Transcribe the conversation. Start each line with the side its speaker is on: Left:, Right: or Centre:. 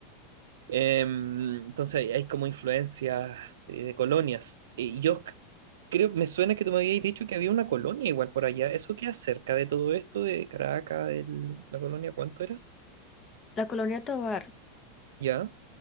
Right: Em, entonces hay hay como influencias eh, de colonias. Y yo c- creo, me suena que tú me habías dicho que había una colonia igual por allá. ¿Eso queda cerca de todo esto, de Caracas, de la colonia, cuánto era?
Left: La Colonia Tovar.
Right: ¿Ya?